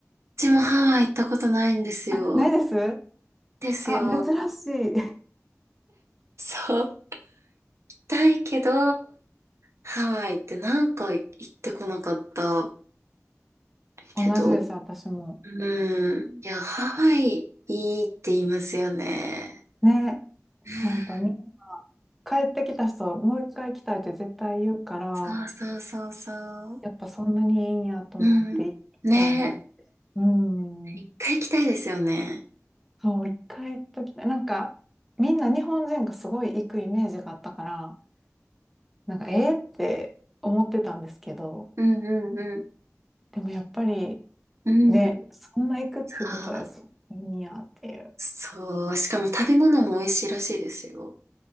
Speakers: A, on the right; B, in the centre.
A: ちもハワイ行ったことないんですよ。
B: あ、ないです
A: ですよ。
B: あ、珍しい。
A: そう。だいけど、ハワイってなんか行ってこなかった
B: 同じです、
A: けど。
B: 私も。
A: うん。いや、ハワイいいって言いますよね。
B: ね、
A: うん
B: なんかみんな帰ってきた人、もう一回来たいって絶対言うから、
A: そうそうそうそう。
B: やっぱそんなにいいんやと思って行きたいなって。
A: うん。ね
B: うん。
A: え。一回行きたいですよね。
B: そう、一回行っときたい。なんか、みんな日本人がすごい行くイメージがあったから、なんか、えーって思ってたんですけど、
A: うんうんうん。
B: でもやっぱり、
A: うん。
B: ね、そんな行くっていうことは、
A: さあ、
B: そいいんやっていう。
A: そう。しかも食べ物も美味しいらしいですよ。